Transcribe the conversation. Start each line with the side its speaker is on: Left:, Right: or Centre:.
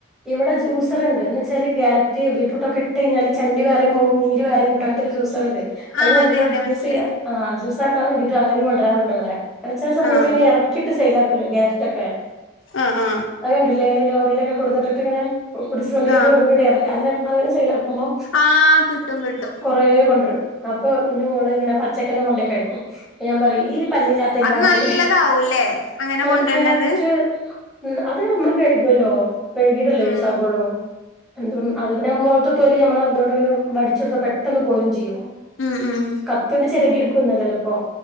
Centre: ഇവിടെ ജ്യൂസർ ഉണ്ട് വ വാല്ക്യറ്റ് ബീട്ട് രൂട്ട ഒക്കെട്ട കഴിഞ്ഞാല് ചണ്ടി വേറെയും പോകവും നീര് വേയും കിട്ടും അങ്ങനത്തെ ഒരു ജൂസറുണ്ട്
Left: ആ
Centre: അതിന്
Left: അതെ അതെ മനസ്സിലായി
Centre: ജൂസ് ആ ആക്കാൻ വേണ്ടിട്ട് അങ്ങനെയും കൊണ്ടുവരാറുണ്ട് അവിടെ ക ചില സമയത്ത്
Left: ആ
Centre: ഇനെ ഇറക്കിട്ട് സെൽ ആാക്കല്ലോ കാരറ്റ്ക്കെ
Left: ആ ആ
Centre: അത് കണ്ടട്ടില്ല നിങ്ങങ്ങള് ഈ ലോറിയിലൊക്കെ കൊടുട്ട് ഇങ്ങനെ കുടിച്ചുവണ്ടിക്കെ
Left: ആ
Centre: കൊടുട്ട് ഇറക്ക അങ്ങന അങ്ങനെ സെലാക്കുമ്പോ
Left: ആ കിട്ടും കിട്ടും
Centre: കൊറ കൊണ്ടുവരും അപ്പൊ എന്റെ മോള് ഇങ്ങന പച്ചക്കെ കൊണ്ട കിക്ക ഞാൻ പറഈ തെയ്യാടോട
Left: അത് നല്ലതാവൂല്ലേ അങ്ങനെ
Centre: ന
Left: കൊണ്ടുവരുന്നത്
Centre: കേറ്റ് ഉ അത് നമ്മള് കഴിക്കുവല്ലോ കഴുകിട്ടല്ലോ
Left: ഉം
Centre: യോസാക്കള്ളോ എന്ത അത് പിന്നെ മലത്തെ തൊലി നമ്മള് അതുകൊണ്ട് ഇങ്ങനെ വഠിച്ചെടുത്ത പെട്ടെന്ന് പോലും ചെയ്യും
Left: ഉം ഉം
Centre: കത്തിണ്ട് ചിരകിടുക്കുംന്നല്ലല്ലോ ഇപ്പൊ